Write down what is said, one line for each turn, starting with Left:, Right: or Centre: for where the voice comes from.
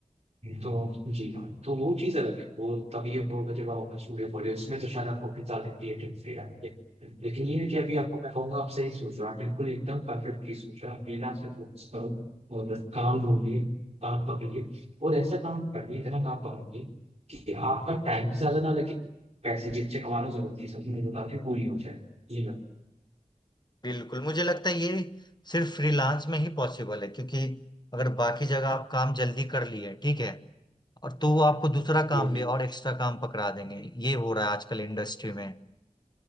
Right: तो जी हाँ तो वो चीज़ अलग है। वो तभी होगा जब आप अपना स्टूडियो खोले उसमें तो शायद आपको कितना ज्यादा क्रिएटिव फ्रीडम है लेकिन ये है कि अभी आपको मैं कहूंगा आप सही सोच रहे हो आप बिल्कुल एकदम परफेक्ट चीज सोच रहे हो आप फ्रीलांस पे फोकस करो और काम ढूंढिए काम पकड़िए और ऐसा काम करिए इतना काम पकड़िए कि आपका टाइम भी ज्यादा ना लगे पैसे भी अच्छे कमा लो जरूरत की सब मेरे पूरी हो जाए ये मैं
Left: बिल्कुल मुझे लगता है ये सिर्फ फ्रीलांस में ही पॉसिबल है क्योंकि अगर बाकी जगह आप काम जल्दी कर लिए ठीक है और तो वो आपको दूसरा काम
Right: ये
Left: भी और एक्स्ट्रा काम पकड़ा देंगे ये हो रहा है आजकल इंडस्ट्री में